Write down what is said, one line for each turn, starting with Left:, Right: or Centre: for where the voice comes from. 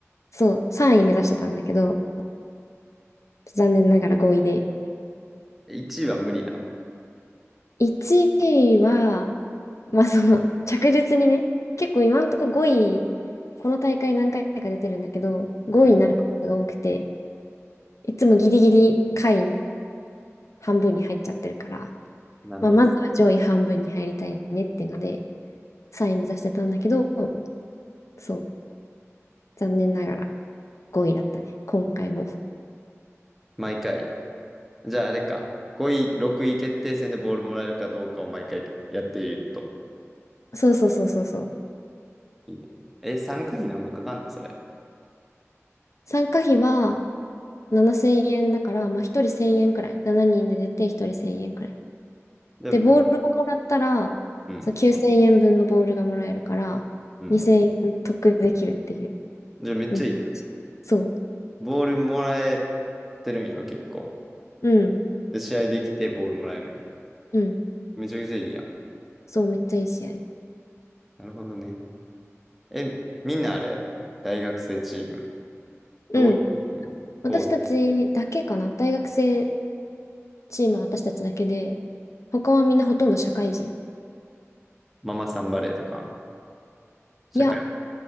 Left: そう、3位目指してたんだけど、残念ながら5位で。
Centre: 1位は無理な。
Left: 1位は、まあ、その、着実にね、結構今んとこ5位、この大会何回か出てるんだけど、5位になることが多くて、
Centre: うん
Left: いつもギリギリ下位半分に入っちゃってるから、
Centre: なるほど。
Left: まあ、まずは上位半分に入りたいねっていうので、3位目指してたんだけど、そう、残念ながら5位だったね、今回も。
Centre: 毎回。じゃああれか。5位、6位決定戦でボールもらえるかどうかを毎回やっていると。
Left: そうそうそうそうそう。
Centre: いいね。え、3回なんぼかかんのそれ。
Left: 参加費は7000円だから、まあ、1人1000円くらい。7人で出て1人1000円くらい。
Centre: じゃあ、
Left: で、
Centre: ぼ
Left: ボールをもらったら、
Centre: うん。
Left: そう、9000円分のボールがもらえるから、
Centre: うん。
Left: 2000円得できるっていう。
Centre: じゃあめっちゃいいな。
Left: めっちゃいいしそ
Centre: ボールもらえてるんやろ、結構。
Left: う。うん。
Centre: で、試合できてボールもらえるんや。
Left: うん。
Centre: めちゃくちゃいいやん。
Left: そう、めっちゃいい試合。
Centre: なるほどね。え、みんなあれ大学生チーム。どういうチームこう、
Left: うん。私たちだけかな。大学生チームは私たちだけで、他はみんなほとんど社会人。
Centre: ママさんバレーとか、社会。
Left: いや、